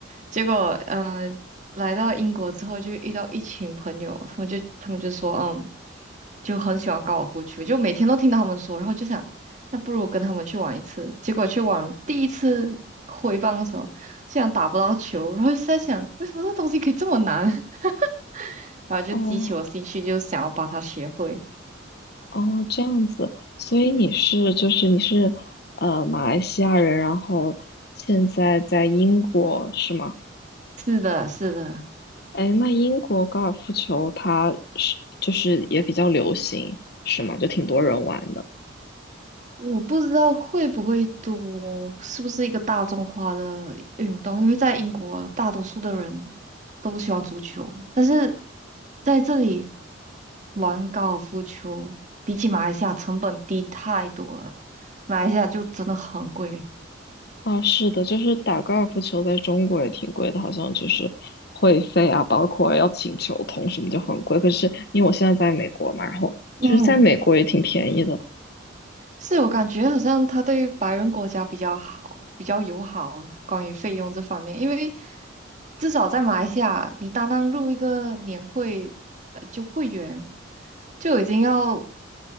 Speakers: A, on the right (about 40°); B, on the left (about 55°).
A: 结果，嗯、来到英国之后，就遇到一群朋友，他们就他们就说，嗯，就很喜欢高尔夫球，就每天都听到他们说，然后就想，那不如跟他们去玩一次。结果去玩第一次挥棒的时候，竟然打不到球，然后就在想，为什么这东西可以这么难？<laughs> 然后就激起我兴趣，
B: 哦
A: 就想要把它学会。
B: 哦，这样子，所以你是就是你是呃马来西亚人，然后现在在英国是吗？
A: 是的，是的。
B: 哎，那英国高尔夫球它是就是也比较流行是吗？就挺多人玩的。
A: 我不知道会不会多，是不是一个大众化的运动？因为在英国，大多数的人都喜欢足球，但是在这里玩高尔夫球，比起马来西亚成本低太多了。马来西亚就真的很贵。
B: 啊，是的，就是打高尔夫球在中国也挺贵的，好像就是会费啊，包括要请球童什么就很贵。可是因为我现在在美国嘛，然后就是在美国也挺便宜的。
A: 嗯，是我感觉好像他对白人国家比较好，比较友好，关于费用这方面，因为至少在马来西亚，你单单入一个年会，呃，就会员。就已经要